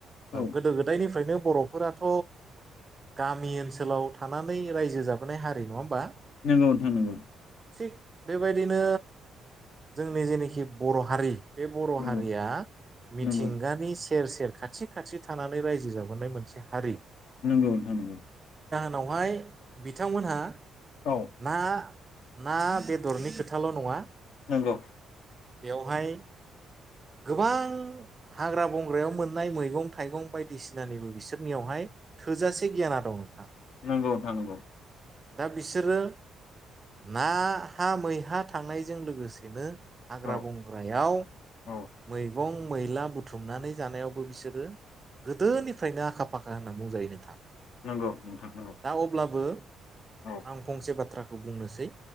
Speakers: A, on the left; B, on the right.
A: औ
B: गोदो गोदायनिफ्रायनो। बर'फोराथ' गामि ओनसोलाव थानानै रायजो जाबोनाय हारि नङा होमबा।
A: नांगौ नोंथां नांगौ।
B: थिग बेबायदिनो जोंनि जेनोखि बर' हारि। बे बर'
A: नंगौ
B: हारिया। मिथिंगानि।
A: नंगौ
B: सेर-सेर, खाथि-खाथि थानानै रायजो जाबोनाय मोनसे हारि।
A: नोंगौ नोंथां नोंगौ।
B: उनावहाय बिथांमोनहा।
A: औ
B: मा? ना-बेदरनि खोथाल' नङा।
A: नोंगौ।
B: बेवहाय गोबां हाग्रा बंग्रायाव मोननाय मैगं थाइगं बायदिसिनानिबो बिसोरनियावहाय थोजासे गियाना दं नोंथां।
A: नोंगौ नोंथां नोंगौ।
B: दा बिसोरो नाहा मैहा थांनायजों लोगोसेनो। हाग्रा
A: औ
B: बंग्रायाव
A: औ
B: मैगं। मैला बुथुमनानै जानायावबो बिसोरो गोदोनिफ्रायनो आखा फाखा होनना बुंजायो नोंथां।
A: नंगौ नोंथां नंगौ।
B: दा अब्लाबो आं
A: औ
B: फंसे बाथ्रा खौ बुंनोसै।